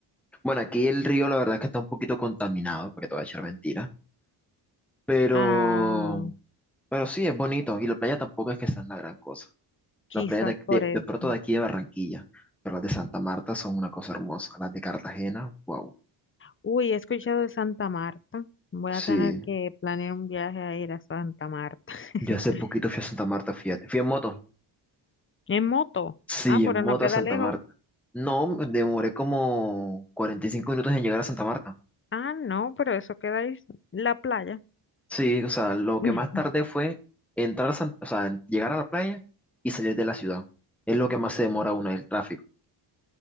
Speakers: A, in the centre; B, on the left.
A: Bueno, aquí el río la verdad que está un poquito contaminado, porque te voy a echar mentira, pero
B: Ah,
A: Pero sí, es bonito. Y la playa tampoco es que sean la gran cosa.
B: quizás
A: La playa de,
B: por
A: de,
B: eso.
A: de pronto de aquí de Barranquilla, pero las de Santa Marta son una cosa hermosa. Las de Cartagena, wow.
B: Uy, he escuchado de Santa Marta. Voy a
A: Sí,
B: tener que planear un viaje a ir a Santa Marta. <laughs>
A: yo hace poquito fui a Santa Marta, fíjate. Fui en moto.
B: En moto.
A: Sí,
B: Ah, pero
A: en moto
B: no queda
A: a Santa
B: lejos.
A: Marta. No, me demoré como 45 minutos en llegar a Santa Marta.
B: Ah, no, pero eso queda ahí, la playa.
A: Sí, o sea, lo
B: <laughs>
A: que más tardé fue entrar a Santa, o sea, en llegar a la playa y salir de la ciudad. Es lo que más se demora uno, el tráfico.